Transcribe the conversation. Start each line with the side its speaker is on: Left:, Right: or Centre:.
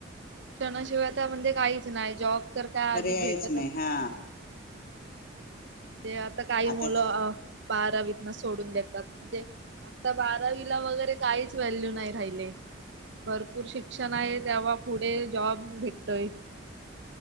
Right: शिक्षणाशिवाय म्हणजे काहीच नाही जॉब तर काय
Left: पर्यायच
Right: आजी भेटतच
Left: हा
Right: नाही. <unintelligible> म्हणजे आता काही
Left: आताच
Right: मुलं बारावीत सोडून देतात म्हणजे आता बारावीला वगैरे काहीच व्हॅल्यू नाही राहिले भरपूर शिक्षण आहे तेव्हा पुढे जॉब भेटतोय